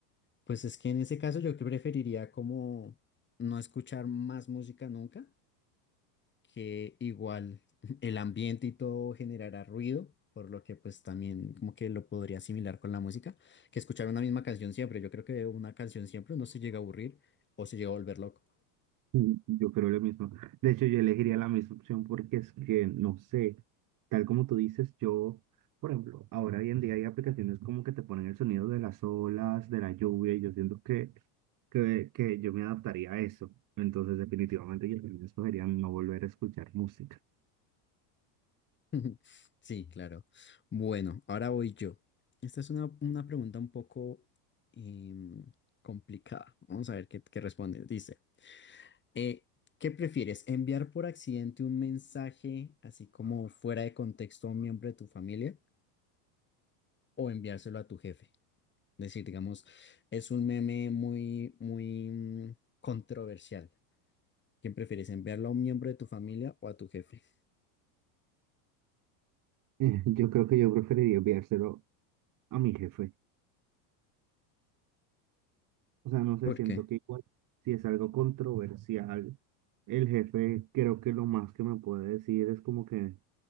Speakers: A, on the left (about 25°); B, on the right (about 40°).
A: pues es que en ese caso yo preferiría como no escuchar más música nunca que igual el ambiente y todo generará ruido, por lo que pues también como que lo podría asimilar con la música, que escuchar una misma canción siempre. Yo creo que una canción siempre no se llega a aburrir o se llega a volver loco.
B: Sí, Yo creo lo mismo. De hecho, yo elegiría la misma opción porque es que, no sé, tal como tú dices, yo, por ejemplo, ahora hoy en día hay aplicaciones como que te ponen el sonido de las olas, de la lluvia, y yo siento que, que, que yo me adaptaría a eso. Entonces, definitivamente yo también escogería no volver a escuchar música. <laughs>
A: <laughs> Sí, claro. Bueno, ahora voy yo. Esta es una, una pregunta un poco em, complicada. Vamos a ver qué, qué responde. Dice, eh, ¿qué prefieres? ¿Enviar por accidente un mensaje así como fuera de contexto a un miembro de tu familia o enviárselo a tu jefe? decir, digamos, es un meme muy, muy mm, controversial. ¿Quién prefieres, enviarlo a un miembro de tu familia o a tu jefe?
B: Eh, Yo creo que yo preferiría enviárselo a mi jefe. O sea, no sé,
A: ¿Por
B: siento
A: qué?
B: que igual, si es algo controversial, el jefe creo que lo más que me puede decir es como que...